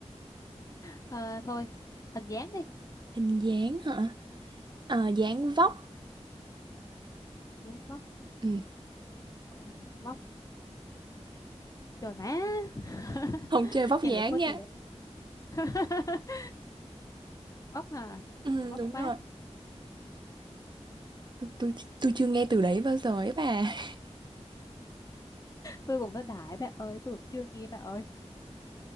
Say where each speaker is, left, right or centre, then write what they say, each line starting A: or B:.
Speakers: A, on the left; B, on the right.
A: Ờ, thôi hình dáng đi
B: Hình dáng hả? Ờ, dáng vóc.
A: ừ. dáng vóc
B: Ừ.
A: ôi vóc trời má <laughs>
B: Không chơi vóc
A: chẳng
B: dáng
A: lẽ tôi
B: nha.
A: thiệt <laughs> vóc à
B: Ừ,
A: vóc
B: đúng
A: vác
B: rồi. Tôi, tôi, tôi chưa nghe từ đấy bao giờ ấy bà. <laughs>
A: tôi cũng nói đại bà ơi tôi cũng chưa nghe bà ơi